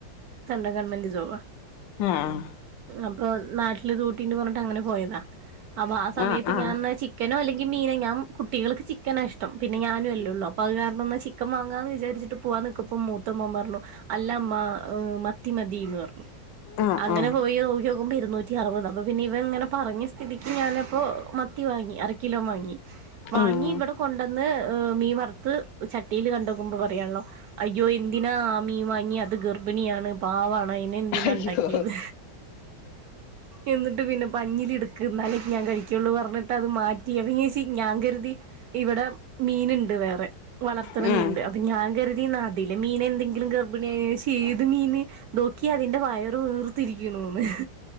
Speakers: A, on the right; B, on the left.
A: ഗവൺമെന്റ് ജോബ്
B: ആഹ് ആഹ്
A: അപ്പൊ നാട്ടില് ഡ്യൂട്ടിണ്ട് പറഞ്ഞിട്ട് അങ്ങനെ പോയതാ അപ്പൊ ആ സമയത്ത്
B: ആഹ് ആഹ്
A: ഞാൻ ചിക്കനോ അല്ലെങ്കിൽ മീനോ ഞൻ കുട്ടികൾക്ക് ചിക്കന ഇഷ്ടം പിന്നെഞാനുംല്ലേ ഒള്ളൂ അപ്പ അത് കാരണം ചിക്ക ക്കൻ വങ്ങാന്ന് വിചരിച്ചിട്ട് പോവാൻ നിക്കുമ്പം മൂത്ത മോൻ പറഞ്ഞു അല്ല അമ്മ മത്തിമതിന്ന് പറഞ്ഞു
B: ആഹ്
A: അങ്ങനെ
B: ആഹ്
A: പോയി നോക്കി നോക്കുമ്പോ ഇരുന്നൂറ്റി അറുപത് അപ്പൊ പിന്നെ ഇവൻ ഇങ്ങനെ പറഞ്ഞ തിക്ക ഞാനപ്പോൾ മത്തി വാങ്ങി അര കിലോ വാങ്ങി വാങ്ങി
B: ആഹ്
A: ഇവിടെ കൊണ്ടന്ന് മീൻ വറുത്ത് ചട്ടിയിൽ കണ്ട് നോക്കുമ്പോൾ പറയാല്ലോ അയ്യോ എന്തിനാ ആ മീൻ വാങ്ങി അത് ഗർഭിണിയാണ് പവാണ് അയിനെ എന്തിനാ
B: അയ്യോ
A: ഉണ്ടാക്കിയത് എന്നിട്ട് പിന്നെ പഞ്ഞില് എടുക്ക് എന്നാലേക്കെ ഞാൻ കഴിക്കുള്ളു പറഞ്ഞിട്ട് അത് മാറ്റി ചേച്ചി ഞാൻ കരുതി ഇവിടെ മീന്ണ്ട് വേറെ വളർത്തണ
B: ആഹ്
A: മീൻണ്ട് ഞാൻ കരുതി അതിലെ മീൻ എന്തെങ്കിലും ഗർഭിണി അ ഏത് മീന് നോക്കി അതിന്റെ വയറ് വീർത്തിരിക്കണന്ന്